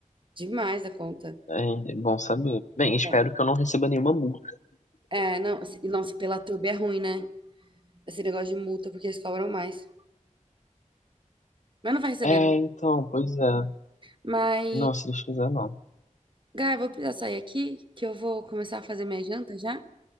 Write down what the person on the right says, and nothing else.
Demais da conta.
É,
é não. se- Nossa, pela turba é ruim, né? Esse negócio de multa, porque eles cobram mais. Mas não vai receber.
né?
Mas,
Gá, eu vou precisar sair aqui, que eu vou começar a fazer minha janta já.